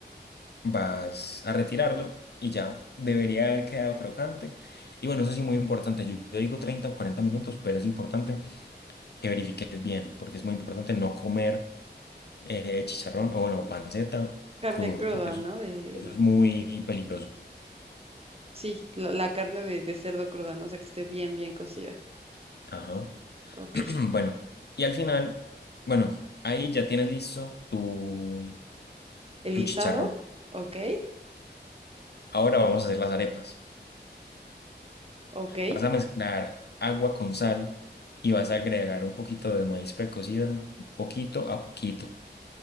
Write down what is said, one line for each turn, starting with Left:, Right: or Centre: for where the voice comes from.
Left: vas a retirarlo y ya debería haber quedado crocante. Y bueno, eso sí, muy importante. Yo, yo digo 30 o 40 minutos, pero es importante que verifiques bien, porque es muy importante no comer eh, chicharrón o bueno, panceta
Right: Carne
Left: crudo,
Right: cruda,
Left: porque eso,
Right: ¿no? De...
Left: eso es muy peligroso.
Right: Sí, la, la carne de, de cerdo cruda, ¿no? O sea, que esté bien, bien cocida.
Left: Ajá.
Right: Ok.
Left: <clears throat> Bueno, y al final, bueno, ahí ya tienes listo tu,
Right: El
Left: tu
Right: guisado,
Left: chicharrón.
Right: ok,
Left: Ahora vamos a hacer las arepas.
Right: ok.
Left: Vas a mezclar agua con sal y vas a agregar un poquito de maíz precocida, poquito a poquito.